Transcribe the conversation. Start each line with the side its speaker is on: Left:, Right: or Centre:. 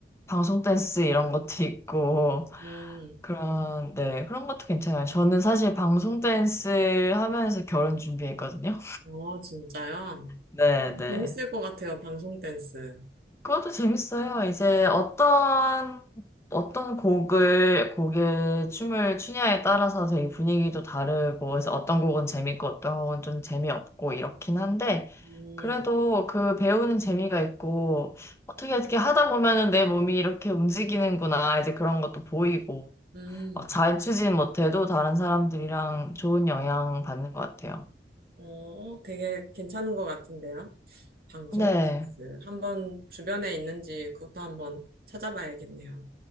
Left: 방송 댄스 이런 것도 <laughs> 있고
Right: 음.
Left: 그런 네 그런 것도 괜찮아요. 저는 사실 방송 댄스 하면서 결혼 준비했거든요.
Right: 어, 진짜요?
Left: <laughs> 네 네.
Right: 재밌을 것 같아요, 방송 댄스.
Left: 그것도 재밌어요. 이제 어떤, 어떤 곡을, 곡의 춤을 추냐에 따라서 되게 분위기도 다르고, 그래서 어떤 곡은 재밌고, 어떤 곡은 좀 재미없고, 이렇긴 한데,
Right: 음,
Left: 그래도 그 배우는 재미가 있고, 어떻게 어떻게 하다 보면은 내 몸이 이렇게 움직이는구나, 이제 그런 것도 보이고,
Right: 음.
Left: 막 잘 추진 못해도 다른 사람들이랑 좋은 영향 받는 것 같아요.
Right: 어, 되게 괜찮은 것 같은데요. 방송
Left: 네,
Right: 댄스. 한번 주변에 있는지 그것도 한번 찾아봐야겠네요.